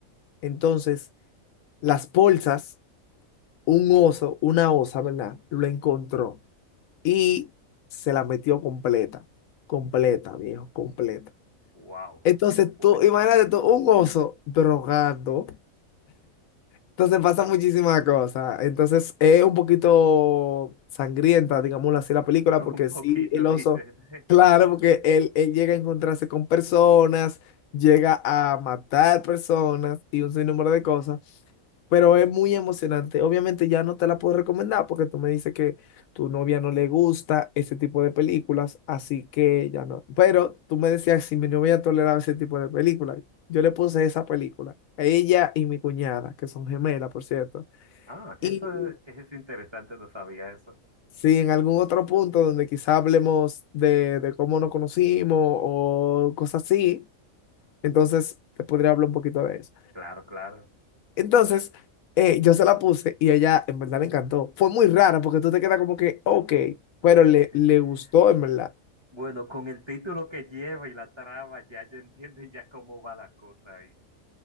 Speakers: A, on the left; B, on the right.
A: Entonces, las bolsas un oso, una osa, ¿verdad? Lo encontró y se la metió completa, completa, viejo, completa.
B: Wow,
A: Entonces
B: qué fuerte.
A: tú, imagínate tú, un oso drogado. Entonces pasa muchísimas cosas. Entonces es un poquito sangrienta, digámoslo así, la película,
B: <laughs> Un
A: porque
B: poquito
A: sí, el oso,
B: dices.
A: claro,
B: <laughs>
A: porque él, él llega a encontrarse con personas, llega a matar personas y un sinnúmero de cosas. Pero es muy emocionante. Obviamente ya no te la puedo recomendar porque tú me dices que tu novia no le gusta ese tipo de películas, así que ya no. Pero tú me decías si mi novia toleraba ese tipo de películas. Yo le puse esa película. a Ella y mi cuñada, que son gemelas, por cierto.
B: Ah,
A: Y
B: eso es, es interesante, no sabía eso.
A: si en algún otro punto donde quizá hablemos de, de cómo nos conocimos o cosas así, entonces te podría hablar un poquito de eso.
B: Claro, claro.
A: Entonces, eh, yo se la puse y a ella en verdad le encantó. Fue muy rara porque tú te quedas como que, ok, pero le,
B: <laughs>
A: le gustó en verdad.
B: Bueno, con el título que lleva y la trama, ya yo entiendo ya cómo va la cosa ahí.